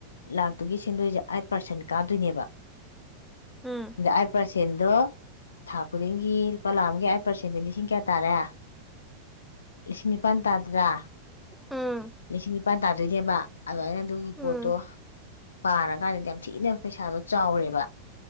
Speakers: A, on the left; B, in the centre.
A: ꯑꯗꯨꯒꯤ ꯁꯦꯟꯗꯣꯏꯁꯦ ꯑꯥꯏꯠ ꯄꯥꯔꯁꯦꯟ ꯀꯥꯗꯣꯏꯅꯦꯕ
B: ꯎꯝ
A: ꯑ ꯑꯩꯠ ꯄꯥꯔꯁꯦꯟꯗꯣ ꯊꯥ ꯈꯨꯗꯤꯡꯒꯤ ꯂꯨꯄꯥ ꯂꯥꯛꯑꯒꯦ ꯑꯩꯥꯏꯠ ꯄꯥꯔꯁꯦꯟꯗꯤ ꯂꯤꯁꯤꯡ ꯀꯌꯥ ꯇꯥꯔꯦ ꯂꯤꯁꯤꯡ ꯅꯤꯄꯜ ꯇꯥꯗ꯭ꯔꯥ
B: ꯎꯝ
A: ꯁ ꯏꯄꯥꯟ ꯇꯥꯣꯏꯅꯦꯃ ꯑꯗꯨꯃꯥꯏꯅ ꯑꯗꯨꯒꯤ ꯄꯣꯠꯇꯣ
B: ꯎꯝ
A: ꯄꯥꯔꯀꯥꯟꯗꯗꯤ ꯌꯥꯝ ꯊꯤꯅ ꯄꯩꯁꯥꯗꯣ ꯆꯥꯎꯔꯦꯕ